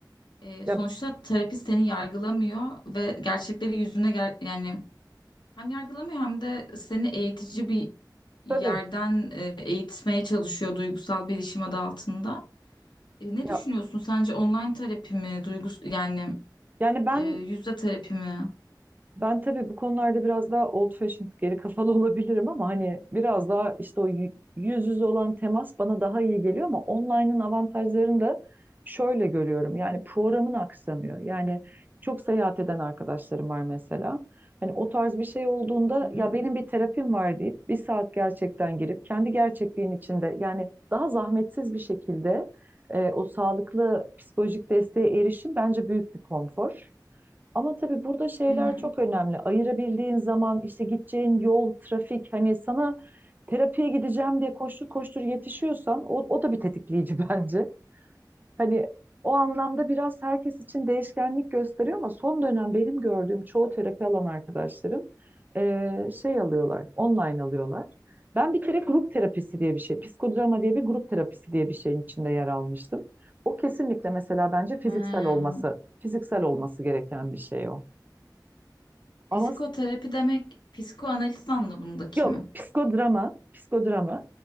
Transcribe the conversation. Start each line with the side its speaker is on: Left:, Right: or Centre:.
Left: E,
Right: Ya
Left: sonuçta terapist seni yargılamıyor ve gerçekleri yüzüne ger yani hem yargılamıyor hem de seni eğitici bir yerden
Right: tabii.
Left: e, eğitmeye çalışıyor duygusal bilişim adı altında. E, ne
Right: Ya
Left: düşünüyorsun sence online terapi mi, duygus yani
Right: yani ben
Left: e, yüzde terapi mi?
Right: Ben tabii bu konularda biraz daha old fashioned, geri kafalı <laughs> olabilirim ama hani biraz daha işte o yü- yüz yüze olan temas bana daha iyi geliyor ama online'ın avantajlarını da şöyle görüyorum. Yani programın aksamıyor. Yani çok seyahat eden arkadaşlarım var mesela. Hani o tarz bir şey olduğunda
Left: Hı hı.
Right: ya benim bir terapim var deyip bir saat gerçekten girip kendi gerçekliğin içinde yani daha zahmetsiz bir şekilde e, o sağlıklı psikolojik desteğe erişim bence büyük bir konfor. Ama tabii burada şeyler
Left: Hı hı.
Right: çok önemli. Ayırabildiğin zaman işte gideceğin yol, trafik hani sana terapiye gideceğim diye koştur koştur yetişiyorsan o, o da bir tetikleyici <laughs> bence. Hani o anlamda biraz herkes için değişkenlik gösteriyor ama son dönem benim gördüğüm çoğu terapi alan arkadaşlarım eee, şey alıyorlar, online alıyorlar. Ben bir kere grup terapisi diye bir şey, psikodrama diye bir grup terapisi diye bir şeyin içinde yer almıştım. O kesinlikle mesela bence fiziksel
Left: Ha,
Right: olması, fiziksel olması gereken bir şey o.
Left: psikoterapi
Right: Ama s-
Left: demek psikoanaliz anlamındaki
Right: yok
Left: mi?
Right: psikodrama, psikodrama.